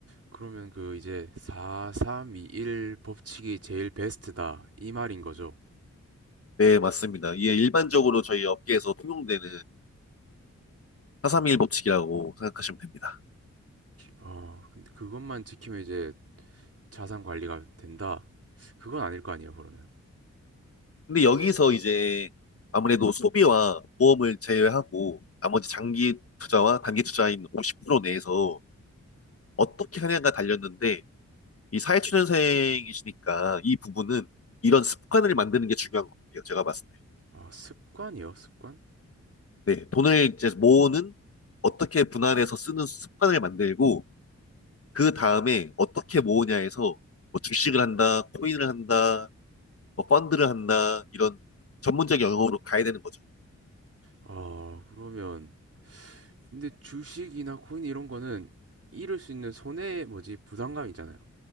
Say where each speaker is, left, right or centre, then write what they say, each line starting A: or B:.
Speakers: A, on the right; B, on the left.
A: 그러면 그 이제 4321 법칙이 제일 베스트다. 이 말인 거죠.
B: 네, 맞습니다. 이게 일반적으로 저희 업계에서 통용되는 그431 법칙이라고 생각하시면 됩니다.
A: 아, 근데 그것만 지키면 이제 자산 관리가 된다. 그건 아닐 거 아니에요, 그러면.
B: 근데 여기서 이제 아무래도 소비와 보험을 제외하고 나머지 장기 투자와 단기 투자인 50% 내에서 어떻게 하냐가 달렸는데 이 사회초년생이시니까 이 부분은 이런 습관을 만드는 게 중요한 것 같아요. 제가 봤을
A: 아, 습관이요? 습관?
B: 때. 네, 돈을 이제 모으는 어떻게 분할해서 쓰는 습관을 만들고 그 다음에 어떻게 모으냐 해서 뭐 주식을 한다, 코인을 한다, 뭐 펀드를 한다 이런 전문적 영역으로 가야 되는 거죠.
A: 아, 그러면 근데 주식이나 코인 이런 거는 잃을 수 있는 손해 뭐지 부담감 있잖아요.